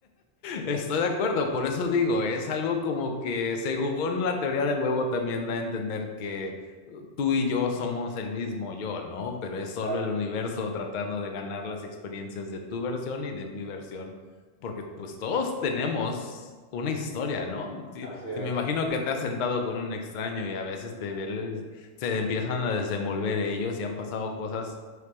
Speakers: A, on the left; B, on the left.
A: Estoy de acuerdo, por eso digo, es algo como que según la teoría del huevo también da a entender que uh, tú y yo somos el mismo yo, ¿no? Pero es solo
B: Claro,
A: el universo tratando de ganar las experiencias de tu versión y de mi versión, porque pues todos tenemos una historia, ¿no? Si,
B: así es.
A: si me imagino que te has sentado con un extraño y a veces te ves- se empiezan a desenvolver ellos y han pasado cosas,